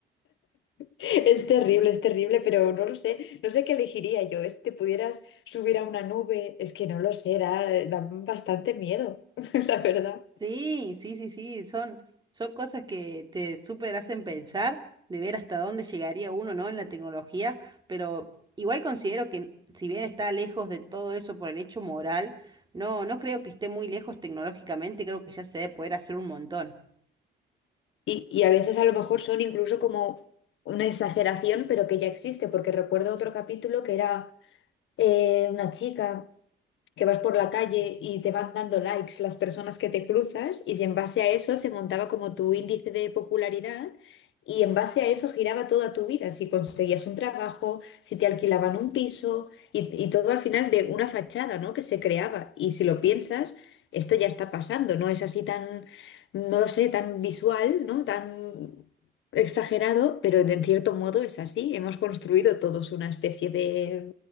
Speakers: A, on the left; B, on the right.
A: Es terrible, es terrible, pero no lo sé. No sé qué elegiría yo. Es que pudieras subir a una nube. Es que no lo sé, da, eh, da bastante miedo, <laughs> la verdad.
B: Sí, sí, sí, sí, son, son cosas que te súper hacen pensar de ver hasta dónde llegaría uno, ¿no? En la tecnología, pero igual considero que si bien está lejos de todo eso por el hecho moral, no, no creo que esté muy lejos tecnológicamente, creo que ya se debe poder hacer un montón.
A: Y, y a veces a lo mejor son incluso como una exageración, pero que ya existe, porque recuerdo otro capítulo que era eh, una chica. que vas por la calle y te van dando likes las personas que te cruzas y si en base a eso se montaba como tu índice de popularidad y en base a eso giraba toda tu vida, si conseguías un trabajo, si te alquilaban un piso y, y todo al final de una fachada, ¿no? que se creaba. Y si lo piensas, esto ya está pasando, no es así tan, no lo sé, tan visual, ¿no? tan exagerado, pero de- en cierto modo es así. Hemos construido todos una especie